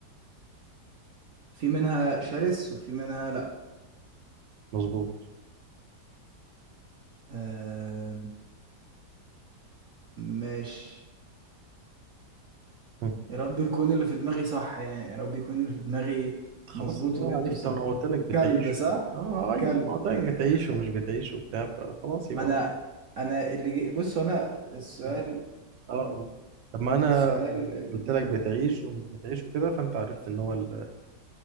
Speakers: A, on the right; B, on the right.
A: في منها شرس وفي منها لا
B: مظبوط
A: آه ماشي
B: هم.
A: يا رب يكون اللي في دماغي صح يعني يا رب يكون اللي في دماغي
B: خلاص
A: مظبوط
B: يبقى
A: وجبته
B: عرفت
A: صح
B: انا قلت لك بتعيش
A: كلب صح
B: ومش اه ايوه
A: كلب
B: انا قلت لك
A: أيوة.
B: بتعيش ومش بتعيش وبتاع فخلاص يبقى
A: ما انا
B: هو
A: انا اللي جي... بص هو انا السؤال
B: اه اه لما انا
A: السؤال ال...
B: قلت لك بتعيش ومش بتعيش وكده فانت عرفت ان هو ال...